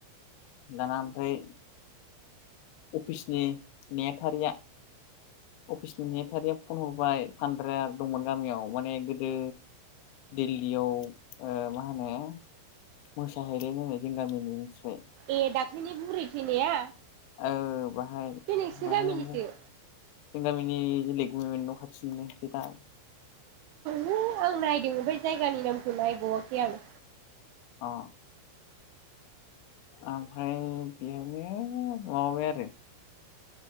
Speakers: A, on the left; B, on the right.
A: दाना ओमफ्राय अफिसनि नेहाथारिया अफिसनि नेहाथारिया फन हरबाय फानद्रा दंमोन गामियाव माने गोदो दिल्लीयाव मा होनो मोसाहैल होनो जों गामिनि मिथिबाय?
B: ए दाख्ल्लिनि बुरै थैनाया?
A: औ बाहाय
B: बे नोंसिनि
A: मा
B: गामिनिसो
A: होनो ओमफ्राय जों गामिनि गलेगनिमोन न' खाथिनो दा
B: नो आं नायदों बै जायगानि नामखौ नायबावाखै आं
A: अ। ओमफ्राय बेहायनो माबाबाय आरो